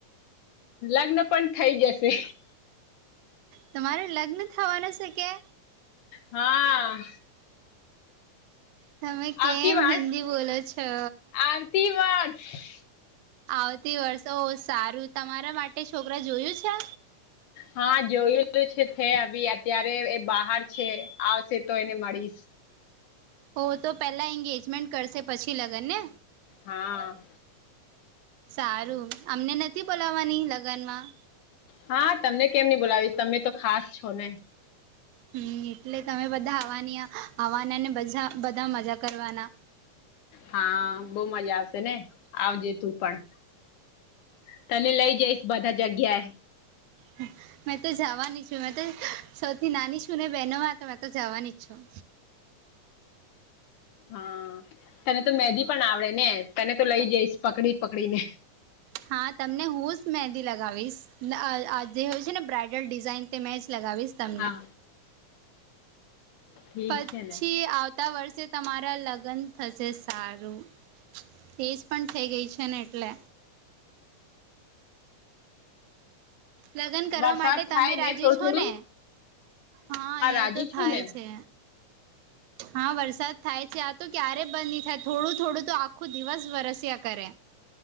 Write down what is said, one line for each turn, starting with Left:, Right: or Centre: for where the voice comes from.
Left: લગ્ન પણ થઇ જશે.
Right: તમારે લગ્ન થવાનું છે કે.
Left: હા.
Right: તમે કેમ
Left: આવતી વર્ષ
Right: હિન્દી બોલો છો.
Left: આવતી વર્ષ
Right: આવતી વર્ષ ઓ સારું તમારા માટે છોકરા જોયું છે.
Left: હા જોયું છે હ અત્યારે એ બહાર છે આવશે તો એને મળીશ.
Right: હો તો પેલા એંગેજમેન્ટ કરશે પછી લગન ને.
Left: હા.
Right: સારું અમને નથી બોલાવાની લગ્ન માં.
Left: હા તમને કેમ નહી બોલાવીશ તમે તો ખાસ છો ને.
Right: હમ એટલે તમે બધા આવવાની આવવાના ને બધા બધા મજા કરવાના.
Left: હા બહુ મજા આવશે ને આવજે તું પણ. તને લઈ જઈશ બધા જગ્યાએ.
Right: હમ. મેં તો જવાની છું મેં તો સૌથી નાની છું ને બહેનોમાં તો મેં તો જવાની જ છું.
Left: હા તને તો મેંદ પણ આવડે ને તને તો લઈ જઈશ પકડી પકડીને.
Right: હા તમને હું જ મહેંદી લગાવીશ જે હોય છે ને બ્રઇડલ ડિઝાઇન તે મેં જ લગાવીશ. તમને.
Left: હા ઠીક
Right: પછી
Left: છે ને
Right: આવતા વર્ષે તમારા લગ્ન થશે સારું. એજ પણ થઈ ગઈ છે ને એટલે લગન કરવા
Left: વરસાદ
Right: માટે તમે
Left: થાય
Right: રાજી
Left: ને થોડું
Right: છો
Left: થોડું
Right: ને. હા અહિયાં
Left: રાજી
Right: તો થાય
Left: છું ને
Right: છે. હા વરસાદ થાય છે આ તો ક્યારે બંધ થાય થોડું થોડું તો આખું દિવસ વરસ્યા કરે.